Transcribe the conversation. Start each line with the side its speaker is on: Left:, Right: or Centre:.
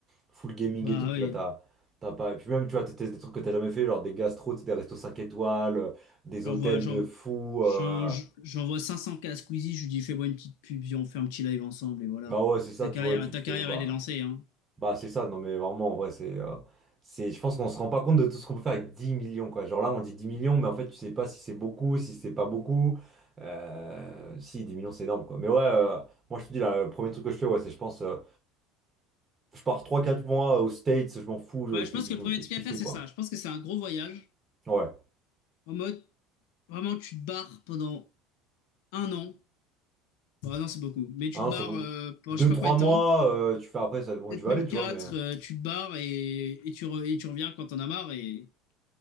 Right: full gaming
Left: bah
Right: et tout, puis
Left: oui.
Right: là t'as. T'as pas... Et puis même, tu vois, t'es des trucs que t'as jamais fait, genre des gastros, tu sais, des restos 5 étoiles, euh, des
Left: J'envoie,
Right: hôtels
Left: j'en-
Right: de fou.
Left: j'en-
Right: euh,
Left: j'envoie 500K à Squeezie, je lui dis fais-moi une petite pub, viens, on fait un petit live ensemble et voilà.
Right: Bah ouais, c'est ça,
Left: Ta
Right: tu
Left: carrière,
Right: vois, tu
Left: ta
Right: te fais...
Left: carrière,
Right: Bah...
Left: elle est lancée, hein.
Right: Bah, c'est ça, non, mais vraiment, en vrai, c'est. euh, c'est, je pense qu'on se rend pas compte de tout ce qu'on peut faire avec 10 millions, quoi. Genre là, on dit 10 millions, mais en fait, tu sais pas si c'est beaucoup, si c'est pas beaucoup. Euh, si, 10 millions, c'est énorme, quoi. Mais ouais, euh, moi, je te dis, là, le premier truc que je fais, ouais, c'est, je pense, euh, je pars trois quatre mois aux States, je m'en fous, je,
Left: Ouais,
Right: je
Left: je
Right: fais,
Left: pense
Right: je
Left: que
Right: me
Left: le premier
Right: fais
Left: truc
Right: kiffer,
Left: à faire, c'est
Right: quoi.
Left: ça. Je pense que c'est un gros voyage.
Right: Ouais.
Left: En mode, vraiment, tu te barres pendant un an. Bah non, c'est beaucoup. Mais tu
Right: Ah non,
Left: te barres
Right: c'est beaucoup.
Left: euh, pendant
Right: deux
Left: je sais pas
Right: trois
Left: combien de
Right: mois,
Left: temps.
Right: euh, tu fais après, ça, bon,
Left: Peut-être
Right: tu vas
Left: même
Right: aller, tu
Left: quatre.
Right: vois, mais.
Left: euh, tu te barres et, et tu, re- et tu reviens quand t'en as marre et